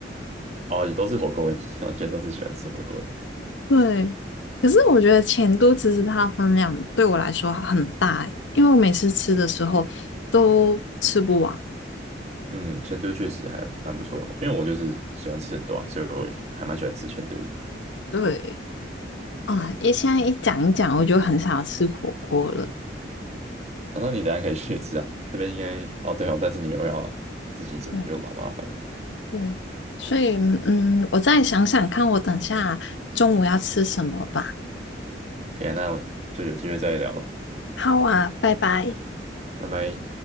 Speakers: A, on the right; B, on the left.
A: 哦，也都是火锅味，<laughs> 完全都是喜欢吃火锅的。
B: 对，可是我觉得钱都其实它的分量对我来说很大欸因为我每次吃的时候都吃不完。
A: 嗯，成都确实还蛮不错的，因为我就是喜欢吃很多啊，所以我也还蛮喜欢吃成都的。
B: 对，啊，一现在一讲一讲，我就很想要吃火锅了。
A: 好，那你等一下可以去吃啊，这边应该哦对哦，但是你又要自己煮，
B: 对。
A: 又蛮麻烦的。
B: 对，所以嗯，我再想想看，我等下中午要吃什么吧。
A: 可以啊，那就有机会再聊了，
B: 好啊，拜拜。
A: 拜拜。